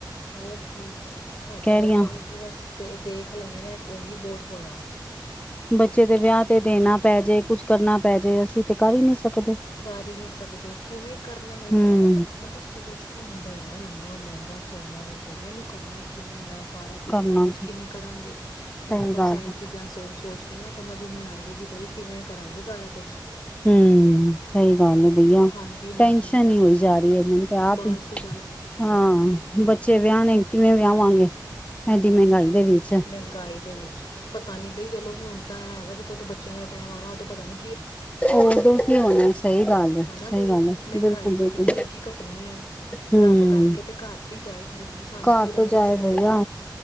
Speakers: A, on the left (about 65°); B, on the left (about 15°).
A: ਹੋਰ ਕੀ, ਸਾਡੇ ਵਰਗਿਆਂ
B: ਰਹੀ ਹਾਂ
A: ਨੇ ਤੇ ਬਸ ਦੇਖ ਲਈਏ ਨਾ ਉਹੀ ਬਹੁਤ ਹੋਨਾ।
B: ਬੱਚੇ ਦੇ ਵਿਆਹ ਤੇ ਦੇਨਾ ਪੈ ਜੇ, ਕੁੱਛ ਕਰਨਾ ਪੈ ਜੇ ਅਸੀਂ ਤੇ ਕਰ ਹੀ ਨਹੀਂ ਸਕਦੇ
A: ਕਰ ਹੀ ਨਹੀਂ ਸਕਦੇ ਕਿਵੇਂ ਕਰਨਾ, ਇੱਕ
B: ਹੂੰ
A: ਨਾ ਇੱਕ ਬੰਦਾ ਸੋਚ ਕੇ ਹੁੰਦਾ ਯਾਰ ਇੰਨਾ ਮਹਿੰਗਾ ਸੋਹਨਾ ਹੋ ਗਿਆ ਤੇ ਇਹਨੂੰ ਕਰਨਾ ਕਿਵੇਂ ਆ? ਸਾਰਾ ਕੁਛ
B: ਕਰਨਾ
A: ਮੈਨੇਜ
B: ਕੀ
A: ਕਿਵੇਂ ਕਰਾਂਗੇ?
B: ਸਹੀ
A: ਮੈਂ ਤਾਂ ਬਸ
B: ਗੱਲ
A: ਇਹ
B: ਹੈ।
A: ਚੀਜ਼ਾਂ ਸੋਚ ਸੋਚ ਕੇ ਨਾ ਸਮਝ ਨਹੀਂ ਆਂਦੀ ਕਿ ਬਈ ਕਿਵੇਂ ਕਰਾਂਗੇ ਸਾਰਾ ਕੁਛ।
B: ਹੂੰ, ਸਹੀ
A: ਹਾਂਜੀ
B: <unintelligible>
A: ਹਾਂਜੀ
B: ਟੈਸ਼ਨ ਹੀ ਹੋਈ ਜਾ ਰਹੀ ਹੈ ਮੈਨੂੰ ਤੇ ਆਪ
A: ਬਸ
B: ਹੀ,
A: ਬਸ
B: ਹਾਂ ਬੱਚੇ ਵਿਆਹਨੇ ਕਿਵੇਂ ਵਿਆਵਾਂਗੇ, ਐਡੀ ਮਹਿੰਗਾਈ ਦੇ ਵਿੱਚ
A: ਮਹਿੰਗਾਈ ਦੇ ਵਿੱਚ ਪਤਾ ਨਹੀਂ ਬਈ ਚਲੋ ਹੁਨ ਤਾਂ ਹੈਗਾ ਜਦੋਂ ਤਾਂ ਬੱਚਿਆਂ ਦਾ ਟਾਈਮ ਆਨਾ ਉਦੋਂ ਪਤਾ ਨੀ
B: ਓਦੋ ਕੀ ਹੋਣਾ ਸਹੀ ਗੱਲ ਏ। ਗੱਲ
A: ਹਨਾ
B: ਸਹੀ
A: ਬਈ
B: ਗੱਲ ਹੈ
A: ਮਹਿੰਗਾਈ
B: ਬਿਲਕੁਲ
A: ਵਧਣੀ
B: ਬਿਲਕੁਲ
A: ਹੈ ਕਿ ਘਟਣੀ ਹੈ
B: ਹੂੰ
A: ਰੱਬ ਕਰਕੇ ਤੇ ਘੱਟ ਹੀ ਜਾਏ ਥੋੜੀ ਜਿਹੀ ਸਾਨੂੰ
B: ਘੱਟ
A: ਵੀ ਰਾਹਤ
B: ਜਾਏ
A: ਮਿਲੇ
B: ਭਈਆ